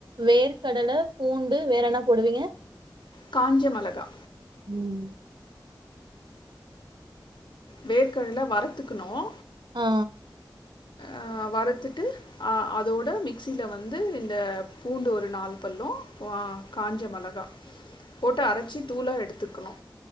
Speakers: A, on the right; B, on the left.
A: வேர்க்கடல பூண்டு வேற என்ன போடுவீங்க
B: காஞ்சமெளகா
A: ம்
B: வேர்கட்ல வறத்துக்ணூ
A: ஆ
B: ஆ வறத்துட்டு ஆ அதோட மிக்சில வந்து இந்த பூண்டு ஒரு நாலு பல்லூ வா காஞ்ச மெளகா போட்டு அரைச்சி தூளா எடுத்துக்ணூ